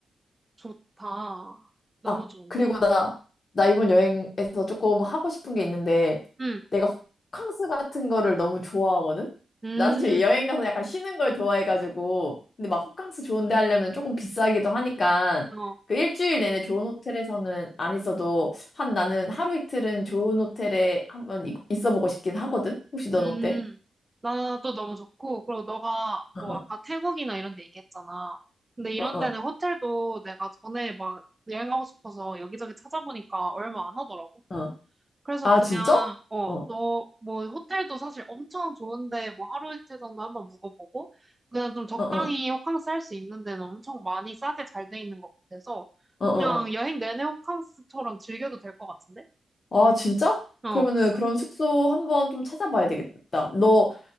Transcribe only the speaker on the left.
아,
그리고 나, 나 이번 여행에서 조금 하고 싶은 게 있는데,
내가 호캉스 같은 거를 너무 좋아하거든?
나는 지금 여행 가서 약간 쉬는 걸 좋아해가지고, 근데 막 호캉스 좋은 데 하려면 조금 비싸기도 하니까,
그 일주일 내내 좋은 호텔에서는 안 있어도, 한 나는 하루 이틀은 좋은 호텔에 한번 이- 있어 보고 싶긴 하거든? 혹시 넌
어때?
어,
어,
어,
어. 어.
아,
진짜?
어, 어,
어, 어,
어. 어.
아, 진짜?
그러면은 그런 숙소 한번 좀 찾아봐야 되겠다. 너,